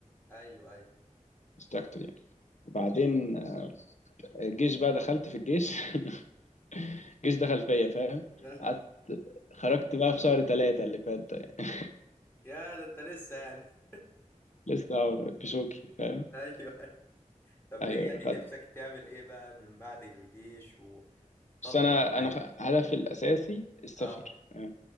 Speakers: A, on the left; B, on the left.
A: ايوه ايوه
B: انستراكتور يعني وبعدين آه، الجيش بقى دخلت في الجيش <laughs> الجيش دخل فيا فاهم
A: <laughs>
B: قعدت خرجت بقى في شهر ثلاثة اللي فات ده يعني.
A: يا ده انت لسه يعني <laughs>
B: لسه بشوكي فاهم
A: ايوه أيوه. طب
B: ايوه
A: ايه يعني
B: خدت
A: نفسك تعمل ايه بقى من بعد الجيش وتخطط
B: بس انا
A: ازاي
B: انا خ- هدفي الاساسي السفر
A: اه
B: يعني